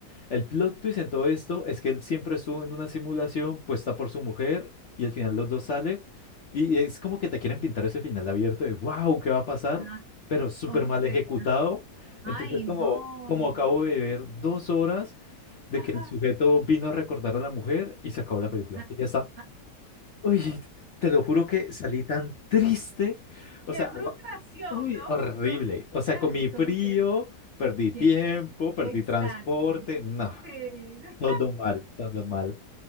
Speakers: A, on the left; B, on the right.
A: El plot twist en todo esto es que él siempre estuvo en una simulación puesta por su mujer y al final los dos salen y es como que te quieren pintar ese final abierto de wow, ¿qué va a pasar?
B: Ah,
A: Pero súper
B: o
A: mal
B: sea,
A: ejecutado.
B: ay,
A: Entonces como,
B: no.
A: como acabo de ver dos horas de
B: Ajá.
A: que el sujeto vino a recordar a la mujer y se acabó la película.
B: <laughs> ah,
A: Y ya está.
B: ah.
A: Uy, te lo juro que salí tan triste. O
B: Qué
A: sea, agua-
B: frustración,
A: uy,
B: ¿no?
A: horrible.
B: Uno,
A: O sea,
B: ah,
A: comí frío,
B: como que,
A: perdí tiempo,
B: que
A: perdí
B: Exacto.
A: transporte. No,
B: Sí, <laughs>
A: todo mal, todo mal.